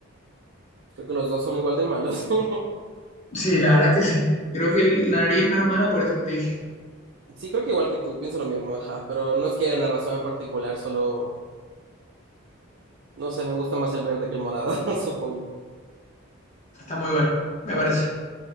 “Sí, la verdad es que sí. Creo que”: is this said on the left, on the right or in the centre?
Left